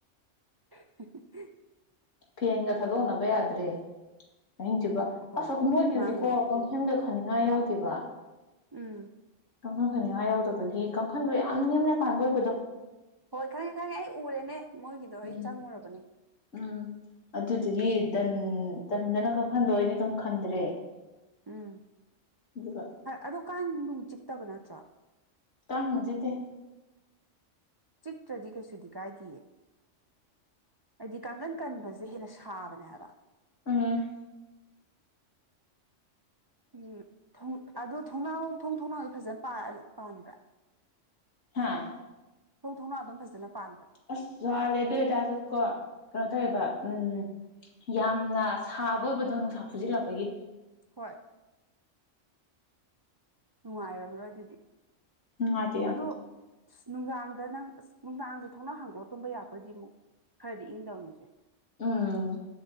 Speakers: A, on the right; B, on the left.
A: <unintelligible>
B: ꯐꯦꯟꯒ ꯊꯥꯗꯣꯛꯅꯕ ꯌꯥꯗ꯭ꯔꯦ ꯑꯍꯤꯡ ꯆꯨꯞꯄ
A: ꯍꯣꯏ
B: ꯑꯁ ꯃꯣꯏꯒꯤꯗꯨꯗꯤ
A: ꯃꯥꯅꯦ
B: ꯀꯣ ꯀꯥꯡꯈꯤꯒ ꯈꯟꯅꯤꯡꯉꯥꯏ ꯌꯥꯎꯗꯦꯕ
A: ꯎꯝ
B: ꯀꯥꯡꯈꯟ ꯈꯟꯅꯤꯡꯉꯥꯏ ꯌꯥꯎꯗꯕꯒꯤ ꯀꯥꯡꯈꯟꯗꯣ ꯌꯥꯝ ꯅꯦꯝꯅ ꯄꯥꯟꯕ ꯑꯣꯏꯕꯗꯣ
A: ꯍꯣꯏ ꯈꯪꯉꯦ ꯈꯪꯉꯦ ꯑꯩ ꯎꯔꯦꯅꯦ ꯃꯣꯏꯒꯤꯗꯣ ꯑꯩ
B: ꯎꯝ
A: ꯆꯪꯉꯨꯔꯕꯅꯦ
B: ꯎꯝ ꯑꯗꯨꯗꯨꯒꯤ ꯇꯟ ꯇꯟꯗꯅ ꯀꯥꯡꯈꯟꯗꯣ ꯑꯩꯗꯤ ꯑꯗꯨꯝ ꯈꯟꯗ꯭ꯔꯦ
A: ꯎꯝ
B: ꯑꯗꯨꯒ
A: ꯑꯗꯣ ꯀꯥꯡ ꯅꯨꯡ ꯆꯤꯛꯇꯕ ꯅꯠꯇ꯭ꯔꯣ
B: ꯀꯥꯡ ꯅꯨꯡ ꯆꯤꯛꯇꯦ
A: ꯆꯤꯛꯇ꯭ꯔꯗꯤ ꯀꯩꯁꯨꯗꯤ ꯀꯥꯏꯗꯤꯌꯦ ꯍꯥꯏꯗꯤ ꯀꯥꯡꯒꯟ ꯀꯟꯕꯖꯦ ꯍꯦꯟꯅ ꯁꯥꯕꯅꯦ ꯍꯥꯏꯕ
B: ꯎꯝ
A: ꯎꯝ ꯊꯣꯡ ꯑꯗꯨ ꯊꯣꯡꯅꯥꯎ ꯊꯣꯡ ꯊꯣꯡꯅꯥꯎꯗꯤ ꯐꯖꯅ ꯄꯥꯟ ꯄꯥꯟꯕ꯭ꯔꯥ
B: ꯍꯥꯥ
A: ꯊꯣꯡ ꯊꯣꯡꯅꯥꯎ ꯑꯗꯨꯝ ꯐꯖꯅ ꯄꯥꯟꯕ꯭ꯔꯥ
B: ꯑꯁ ꯋꯥꯜꯂꯦ ꯑꯗꯨꯏꯇꯥꯁꯨ ꯀꯣ ꯀꯩꯅꯣ ꯇꯧꯋꯦꯕ ꯎꯝ ꯌꯥꯝꯅ ꯁꯥꯕ ꯑꯣꯏꯕꯗꯣ ꯅꯨꯡꯁꯥ ꯐꯨꯖꯤꯜꯂꯛꯄꯒꯤ
A: ꯍꯣꯏ ꯅꯨꯡꯉꯥꯏꯝꯔꯣꯏ ꯑꯗꯨꯗꯤ
B: ꯅꯨꯡꯉꯥꯏꯇꯦ ꯌꯥꯝ
A: ꯑꯗꯣ ꯏꯁ ꯅꯨꯡꯗꯥꯡꯗ ꯅꯪ ꯑꯁ ꯅꯨꯡꯗꯥꯡꯗ ꯊꯣꯛꯅꯥꯎ ꯍꯥꯡꯗꯣꯛꯑꯒ ꯇꯨꯝꯕ ꯌꯥꯕ ꯑꯣꯏꯗꯤ ꯃꯨꯛ ꯈꯔꯗꯤ ꯏꯪꯗꯧꯅꯤꯁꯦ
B: ꯎꯝ